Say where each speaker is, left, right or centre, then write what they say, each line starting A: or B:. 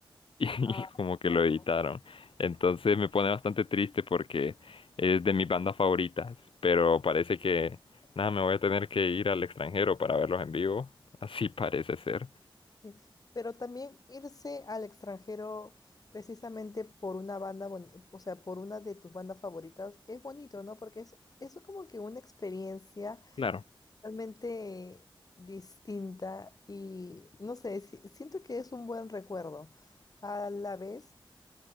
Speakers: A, on the left; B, on the left.
A: y
B: Ah,
A: <laughs> como que
B: no.
A: lo editaron. Entonces me pone bastante triste porque es de mis bandas favoritas, pero parece que nada, me voy a tener que ir al extranjero para verlos en vivo. <laughs> Así parece ser.
B: Sí, Pero también irse al extranjero precisamente por una banda, boni- o sea, por una de tus bandas favoritas, es bonito, ¿no? Porque es, es como que una experiencia
A: Claro,
B: realmente distinta y no sé, si- siento que es un buen recuerdo. A la vez,